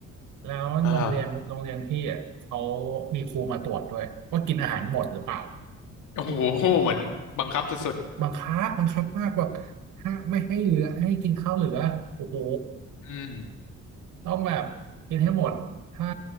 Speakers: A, on the right (about 80°); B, on the left (about 75°).
A: แล้วโรงเรียนโรงเรียนพี่อ่ะเขา
B: อ่า
A: มีครูมาตรวจด้วยว่ากินอาหารหมดหรือเปล่า
B: โอ้โหเหมือนบังคับสุด
A: บังคับบังคับมากแบบห้าไม่ให้เหลือให้กินข้าวเหลือโอ้โห
B: ๆอืม
A: ต้องแบบกินให้หมดถ้า